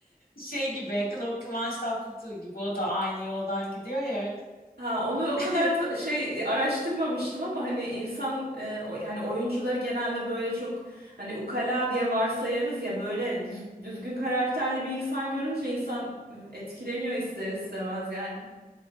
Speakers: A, on the left (about 75°); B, on the right (about 85°).
A: Şey gibi Kıva- Kıvanç Tatlıtuğ gibi o da aynı yoldan gidiyor ya.
B: Ha onu o
A: hep.
B: kadar ta-
A: <laughs>
B: şey araştırmamıştım ama hani insan e, o- hani oyuncuları genelde böyle çok hani ukala diye varsayarız ya böyle düz- düzgün karakterli bir insan görünce insan e, etkileniyor ister istemez yani.